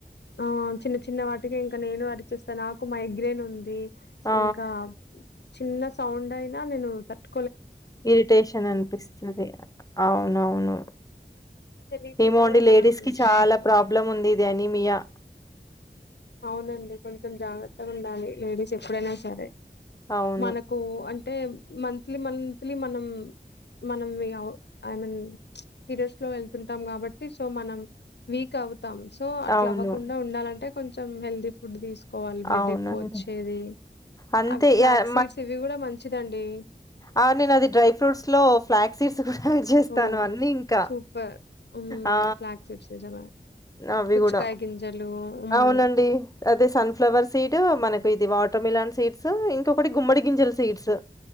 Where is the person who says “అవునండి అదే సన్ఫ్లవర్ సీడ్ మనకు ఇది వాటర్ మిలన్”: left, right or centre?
Left